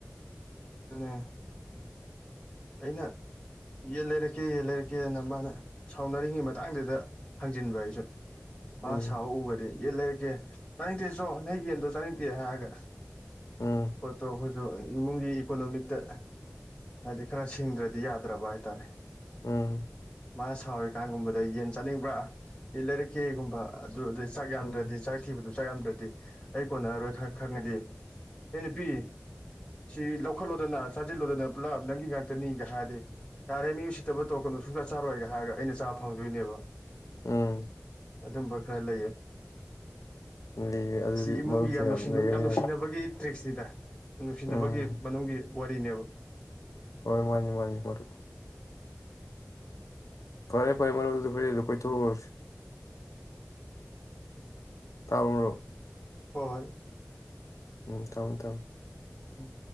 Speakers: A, on the left; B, on the left.
A: ꯑ ꯑꯩꯅ ꯌꯦꯟ ꯂꯩꯔꯛꯀꯦ ꯌꯦꯟ ꯂꯩꯔꯛꯀꯦꯅ ꯃꯥꯅ ꯁꯥꯎꯅꯔꯤꯉꯩ ꯃꯇꯥꯡꯗꯨꯗ ꯍꯪꯖꯤꯟꯕ ꯑꯩꯁꯨ ꯃꯥ
B: ꯎꯝ
A: ꯁ ꯎꯕꯗꯤ ꯌꯦꯟ ꯂꯩꯔꯛꯀꯦ ꯆꯥꯅꯤꯡꯗꯦꯁꯨꯣ ꯅ ꯌꯦꯟꯗꯣ ꯆꯥꯅꯤꯡꯗꯦ ꯍꯥꯏꯔꯒ
B: ꯎꯝ
A: ꯄꯣꯠꯇꯣ ꯑꯩꯈꯣꯏꯁꯨ ꯏꯃꯨꯡꯒꯤ ꯏꯀꯣꯅꯣꯃꯤꯛꯇ ꯍꯥꯏꯗꯤ ꯈꯔ ꯁꯤꯡꯗ꯭ꯔꯗꯤ ꯌꯥꯗ꯭ꯔꯕ ꯍꯥꯏꯇꯥꯔꯦ
B: ꯎꯝ
A: ꯃꯥꯅ ꯁꯥꯎꯔꯤꯀꯥꯟꯒꯨꯝꯕꯗ ꯌꯦꯟ ꯆꯥꯅꯤꯡꯕ꯭ꯔꯥ ꯏ ꯂꯩꯔꯛꯀꯦꯒꯨꯝꯕ ꯑꯗꯨꯗꯩ ꯆꯥꯛ ꯌꯥꯝꯗ꯭ꯔꯗꯤ
B: ꯎꯝ
A: ꯆꯥꯛ ꯊꯤꯕꯗꯨ ꯆꯥꯛ ꯌꯥꯝꯗ꯭ꯔꯗꯤ ꯑꯩ ꯀꯣꯟꯅꯔꯔꯣꯏ ꯈꯔ ꯈꯪꯉꯗꯤ ꯑꯦ ꯅꯨꯄꯤ ꯁꯤ ꯂꯧꯈꯠꯂꯣꯗꯅ ꯆꯥꯁꯤꯜꯂꯣꯗꯅ ꯄꯨꯂꯞ ꯅꯪꯒꯤ ꯉ ꯈꯛꯇꯅꯤꯒ ꯍꯥꯏꯔꯗꯤ ꯌꯥꯔꯦ ꯃꯤ ꯎꯁꯤꯠꯇꯕ ꯇꯧꯔꯛꯀꯅꯨ ꯁꯨꯡꯆꯥ ꯆꯥꯔꯣꯏꯒ ꯍꯥꯏꯔꯒ ꯑꯩꯅ ꯆꯥꯕ ꯐꯪꯗꯣꯏꯅꯦꯕ
B: ꯎꯝ
A: ꯑꯗꯨꯝꯕ ꯈꯔ ꯂꯩꯌꯦ
B: ꯂꯩꯌꯦ ꯑꯗꯨꯗꯤ
A: ꯁꯤ ꯏꯃꯨꯡꯒꯤ
B: ꯃꯔꯨꯞꯁꯦ
A: ꯌꯥꯝ ꯅꯨꯡꯁꯤ
B: ꯂꯩꯔꯝꯃꯤꯅ
A: ꯌꯥꯝ ꯅꯨꯡꯁꯤꯅꯕꯒꯤ ꯇ꯭ꯔꯤꯛꯁꯅꯤꯗ ꯅꯨꯡꯁꯤꯅꯕꯒꯤ
B: ꯎꯝ
A: ꯃꯅꯨꯡꯒꯤ ꯋꯥꯔꯤꯅꯦꯕ
B: ꯍꯣꯏ ꯃꯥꯅꯤ ꯃꯥꯅꯤ ꯃꯔꯨꯞ ꯐꯔꯦ ꯐꯔꯦ ꯃꯔꯕꯨꯗ ꯐꯔ ꯂꯨ ꯀꯣꯏ ꯊꯁ ꯇꯥꯔꯔꯣ
A: ꯍꯣꯏ ꯍꯣꯏ
B: ꯎꯝ ꯊꯝ ꯊꯝ
A: ꯎꯝ